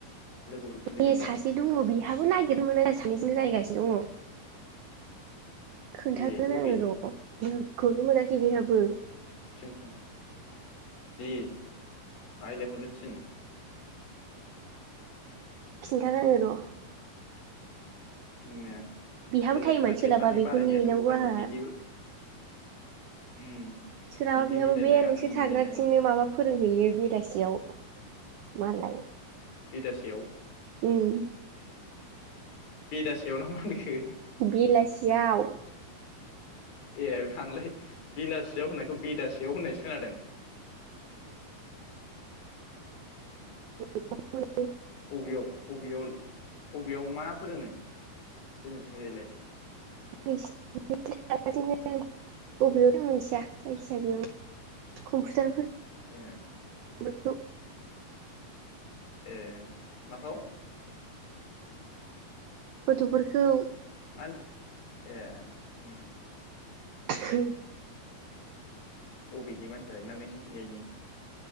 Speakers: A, on the left; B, on the right.
A: लोगोफोर खुलिदोंबा
B: ए सासे दङ बिहाबो नागिरना मोना सानैजोंनो जागायगासिनो दङ। खोन्थागोन
A: ए
B: आङो
A: अबे
B: र <unintelligible> मोनाखै बेहाब बो
A: खिन्था दे रायलायहरनो थिन।
B: खिन्था <unintelligible> र
A: <unintelligible>
B: बिहाबो
A: लोगो
B: टाइमआ
A: सासे
B: सोलाबा
A: सानै
B: बेखौ
A: बारायनायानोथ'
B: नेेनांगौ
A: बहानि
B: आहा।
A: बेनि उम
B: सोरहाबा
A: बेनि
B: बेहाबो
A: मिलायलाय
B: बे
A: आंनि
B: नोंसोर थाग्राथिंनो
A: मिलायनाय
B: माबा फोरोंहैयो बेलासियाव। मालाय।
A: बिदासेयाव
B: उम
A: बेदासेयाव ना मा होनखो?
B: बेलासियाव।
A: ए आंलाय बेलासियाव होननायखौ बेदासेयाव होननायसो खोनादों।
B: <unintelligible>
A: अबेयाव? बबेयाव बबेयाव मा फोरोङो जोंनिथिंजायलाय
B: <unintelligible> बबेयाव दं मोनथिया जायखिजाया बेयाव कम्पुटार
A: ए
B: औ।
A: ए माखौ।
B: गथफोरखौ
A: माहोनदों ए।
B: ओहो
A: अबेनि मानसियालाय ना नोंसिनिथिंजायनि